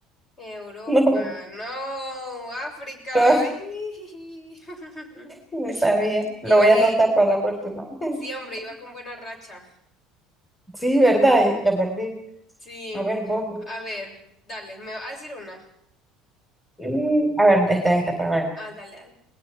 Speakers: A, on the left; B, in the centre.
A: Europa,
B: No.
A: no, África.
B: <laughs>
A: ¡Ih! <laughs>
B: Ni sabía. Lo
A: Iba,
B: voy
A: y
B: a anotar para la próxima. <laughs>
A: sí, hombre, iba con buena racha.
B: Sí, ¿verdad? Eh, La perdí.
A: Sí,
B: A ver, vos.
A: a ver, dale, me va a decir una.
B: Mm, A ver, esta, esta, para ver.
A: Ah, dale, dale.